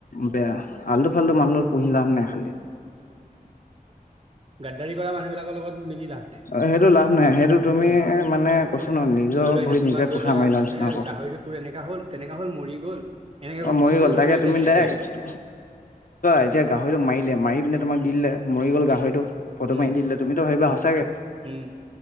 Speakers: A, on the left; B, on the right.
A: বেয়া আলটো-ফালটো মানুহৰ লগত পুহি লাভ নাই খালি
B: গাদ্দাৰী কৰা মানুহবিলাকৰ লগত মিলি লাভ নাই।
A: অ সেইটো লাভ নাই সেইটো তুমি
B: উম,
A: মানে কৈছ ন নিজৰ
B: ধৰি লোৱা এতিয়া
A: ভৰিত
B: তোমাক
A: নিজে
B: ধৰি
A: কথা মাৰি লোৱা নিচিনা।
B: এ
A: হ'ব
B: গাহৰিটো তোৰ এনেকা হ'ল তেনেকা হ'ল মৰি গ'ল এনেকে আকৌ
A: অ মৰি
B: কিছুমানে
A: গ'ল
B: ধৰি
A: তাকে
B: লোৱা এতিয়া
A: তুমি
B: হেৰি
A: দাৰেক
B: কৰি দিব
A: চোৱা এতিয়া গাহৰিটো মাৰিলে মাৰি পিনে তোমাক দি দিলে মৰি গল
B: উম,
A: গাহৰিটো ফটো
B: উম,
A: মাৰি দিলে তুমিতো ভাবিবা
B: উম,
A: সঁচাকে
B: উম,